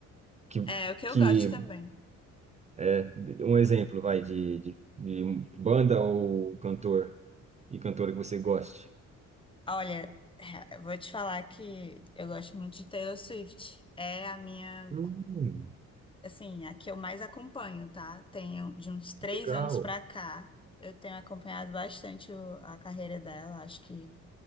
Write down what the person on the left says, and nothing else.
É o que
eu gosto também.
Olha, eu vou te falar que eu gosto muito de Taylor Swift. É a minha,
assim, a que eu mais acompanho, tá? Tenho de uns três
anos pra cá. Eu tenho acompanhado bastante o- a carreira dela. Acho que